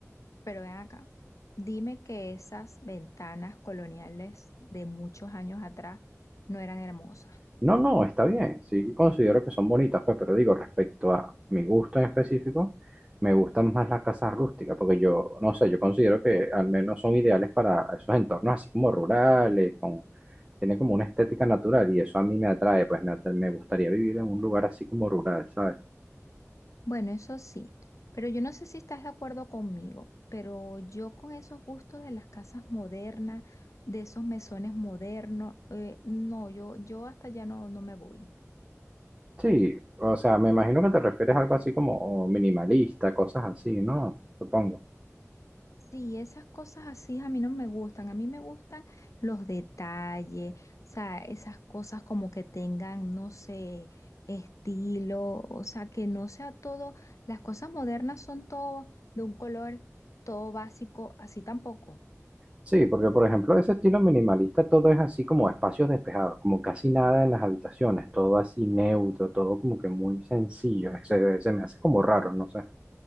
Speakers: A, on the left; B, on the right.
A: Pero ven acá, dime que esas ventanas coloniales de muchos años atrás no eran hermosas.
B: No, no, está bien. Sí considero que son bonitas, pues, pero digo, respecto a mi gusto en específico, me gustan más las casas rústicas, porque yo, no sé, yo considero que al menos son ideales para esos entornos así como rurales, con, tienen como una estética natural y eso a mí me atrae, pues me, atra- me gustaría vivir en un lugar así como rural, ¿sabes?
A: Bueno, eso sí, pero yo no sé si estás de acuerdo conmigo, pero yo con esos gustos de las casas modernas, de esos mesones modernos, eh, no, yo, yo hasta allá no, no me voy.
B: Sí, o sea, me imagino que te refieres a algo así como minimalista, cosas así, ¿no? Supongo.
A: Sí, esas cosas así a mí no me gustan. A mí me gustan los detalles, o sea, esas cosas como que tengan, no sé, estilo, o sea, que no sea todo, las cosas modernas son todo de un color, todo básico, así tampoco.
B: Sí, porque por ejemplo, ese estilo minimalista, todo es así como espacios despejados, como casi nada en las habitaciones, todo así neutro, todo como que muy sencillo, se, se me hace como raro, no sé.